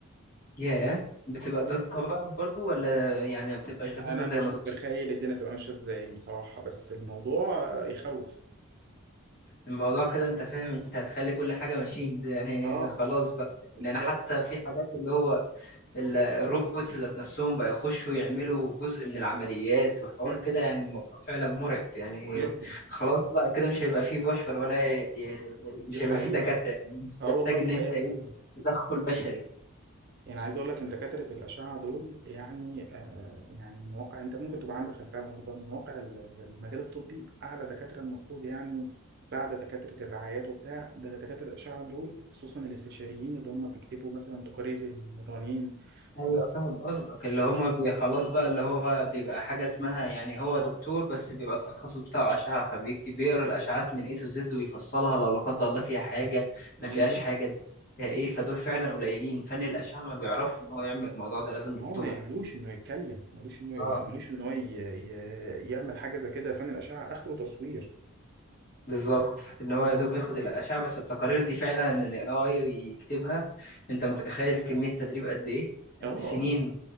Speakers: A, on the left (about 45°); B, on the right (about 50°).
A: ياه بتبقى دقة بقى برضو ولا يعني ما بتبقاش دقيقة
B: انا
A: زي
B: مش
A: ما دكتور
B: متخيل الدنيا تبقى ماشيه ازاي بصراحه بس الموضوع يخوف
A: الموضوع كده انت فاهم انت هتخلي كل حاجة ماشين يعني
B: اه
A: خلاص بقى يعني
B: بالظبط
A: انا حتى في حاجات اللي هو ال- الروبوتس ذات نفسهم بقى يخشوا يعملوا جزء من العمليات وحوار
B: مم.
A: كده يعني الموضوع فعلا مرعب يعني
B: جدا
A: خلاص بقى كده مش هيبقى فيه بشر ولا ي- ي- مش
B: دي حقيقه
A: هيبقى فيه دكاترة يعني مش
B: اه
A: تحتاج
B: والله دي
A: ان
B: حقيقه
A: انت ايه
B: فعلا
A: تدخل بشري
B: يعني عايز اقول لك ان دكاتره الاشعه دول يعني آه يعني من واقع انت ممكن تبقى عندك خلفيه عن الموضوع ده من واقع ال- ال- المجال الطبي اعلى دكاتره المفروض يعني بعد دكاتره الرعايات وبتاع ده دكاتره الاشعه دول خصوصا الاستشاريين اللي هم بيكتبوا مثلا تقارير المرانين
A: ايوه
B: و...
A: فاهم قصدك اللي هما بي خلاص بقى اللي هو بيبقى حاجه اسمها يعني هو دكتور بس بيبقى التخصص بتاعه اشعه فبيقرا الاشعات من اي تو زد ويفصلها لو لا قدر الله فيها حاجه ما
B: ايوه
A: فيهاش حاجه دي فيها ايه فدول فعلا قليلين فن الاشعه ما بيعرفش ان هو يعمل الموضوع ده لازم
B: ما
A: دكتور
B: هو ما- ملوش انه يتكلم ملوش انه
A: اه
B: ملوش ان هو ي... ي... يعمل حاجه زي كده فن الاشعه اخره تصوير
A: بالظبط ان هو يا دوب ياخد الاشعه بس التقارير دي فعلا ان الاي اي يكتبها انت متخيل كميه تدريب قد ايه
B: اه
A: سنين
B: اه